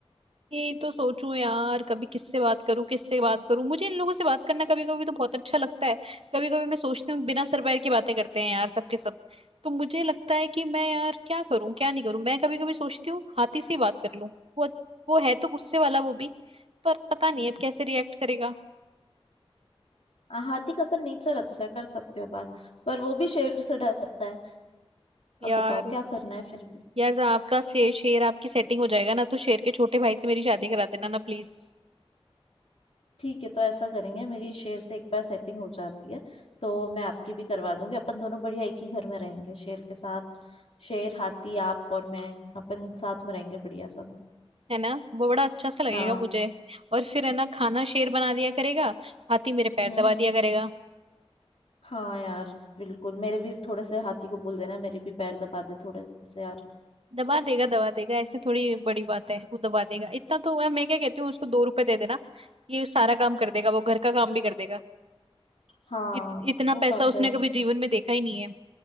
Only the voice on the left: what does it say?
हाँ, हाथी का अपन नेचर अच्छा है कर सकते हो बात पर वो भी शेर से डरता है अब
बताओ क्या करना है फिर भी
ठीक है तो ऐसा करेंगे मेरी शेर से एक बार सेटिंग हो जाती है तो मैं आपकी भी करवा दूंगी अपन दोनों बढ़िया एक ही घर में रहेंगे शेर के साथ शेर हाथी आप और मैं अपन साथ में रहेंगे बढ़िया सब
हाँ
हम्म
हम्म
हाँ यार बिल्कुल मेरे भी थोड़े से हाथी को बोल देना मेरे भी पैर दबा दे थोड़े से यार
हाँ
वो
बात
तो है